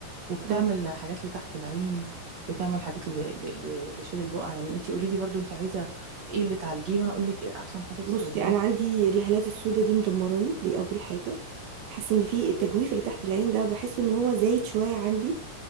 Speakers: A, on the right; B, on the right.
A: وبتعمل
B: اه
A: حاجات لتحت العين بتعمل حاجات ل- ل- ل- لشيل البقع يعني انتي قولي لي برضو انتي عايزة ايه اللي تعالجيه وأنا أقول لك ايه أحسن حاجة تستخدميها
B: بصي أنا عندي الهالات السوداء دي مدمراني دي أول حاجة حاسة إن في التجويف اللي تحت العين ده بحس إن هو زايد شوية عندي